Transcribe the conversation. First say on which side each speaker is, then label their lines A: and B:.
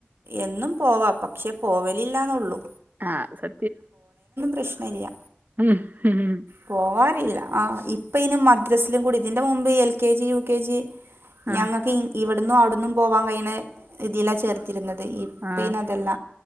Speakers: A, on the right; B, on the right.
A: എന്നും പോവാ പക്ഷേ പോവലില്ലാന്നുള്ളൂ
B: ആഹ
A: പ്രശ്നല്ല
B: <unintelligible>
A: പോവാറില്ല ആ ഇപ്പ ഇനും മദ്രസിലും കൂടി ഇതിന്റെ മുമ്പ് L K G U K G
B: ആ
A: ഞങ്ങൾക്ക് ഇവിടന്നും അവിടന്നും പോവാൻ കഴിയണ ഇതില്ലാ ചേർത്തിരുന്നത് ഈ ഇപ്പ
B: ആ
A: ഇതിനതല്ല